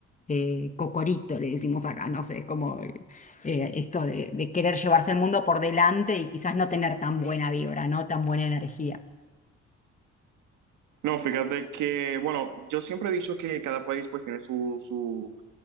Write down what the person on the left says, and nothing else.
eh, cocorito, le decimos acá, no sé, es como eh, eh, esto de, de querer llevarse el mundo por delante y quizás no tener tan buena vibra, no tan buena energía.